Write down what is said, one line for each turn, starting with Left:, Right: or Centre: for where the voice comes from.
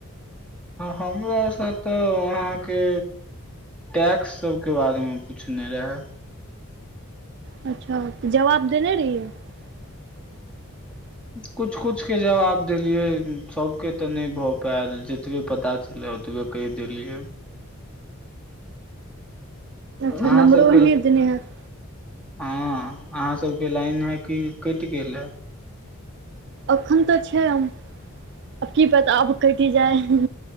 Centre: हमरा सँ तऽ अहाँके टैक्स सबके बारे मे पूछने रहै
Right: अच्छा तऽ जवाब देने रहियै <unintelligible>
Centre: कुछ कुछ के जवाब देलियै सभके तऽ नइ भऽ पैल जतबे पता छलै ओतबे कैह देलियै
Right: अच्छा
Centre: अहाँ
Right: नम्बरो
Centre: सबके
Right: ओहने देने हैत
Centre: हँ अहाँ सबके लाइन है की कैट गेल हे
Right: अखन तऽ छै आब की बता आब कटि जाइ